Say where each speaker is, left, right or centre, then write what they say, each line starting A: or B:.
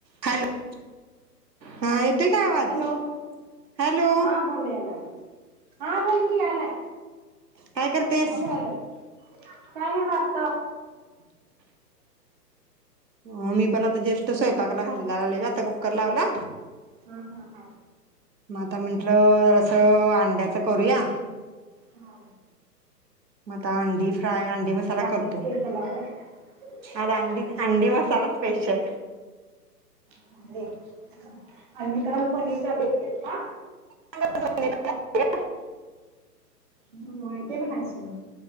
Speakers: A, on the right (about 80°); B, on the right (about 30°).
A: Hello हा येतोय काय आवाज?
B: Hello
A: hello!
B: हा बोल यालाय हा बोल की यायलाय
A: काय करतेस
B: काय करायलास काय नाय <unintelligible>
A: हो मी पण आता जस्ट स्वयंपाकला घालायलाले हे बघ आता कुकर लावला
B: हा हा हा
A: म आता म्हटलं जरास अंड्याच करूया
B: हा
A: म आता अंडी फ्राय अंडी मसाला
B: आज अंडी
A: करतो
B: स्पेशल आहे व्हय
A: आज
B: स्पेशल
A: अंडी अंडी मसाला स्पेशल
B: <unintelligible> पनीरचा बेत केलता
A: रिकामा ऑडिओ
B: होय ते पण हायच की